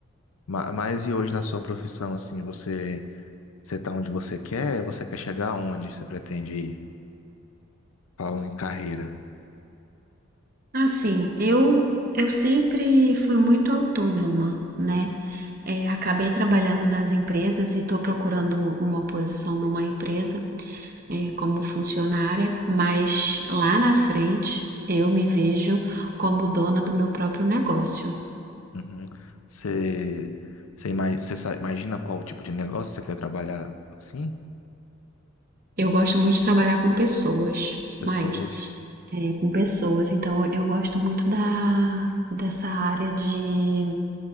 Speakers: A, on the left; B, on the right.
A: ma- Mas e hoje na sua profissão assim, você você tá onde você quer? Você quer chegar aonde? Você pretende ir? Falando em carreira.
B: Assim, eu eu sempre fui muito autônoma, né? É, acabei trabalhando nas empresas e estou procurando uma posição numa empresa eh, como funcionária, mas lá na frente eu me vejo como dona do meu próprio negócio.
A: Uhum. Você você ima- você sa- imagina qual tipo de negócio você quer trabalhar? Sim?
B: Eu gosto muito de trabalhar com pessoas,
A: Pessoas.
B: Mike, eh, com pessoas. Então eu gosto muito da, dessa área de,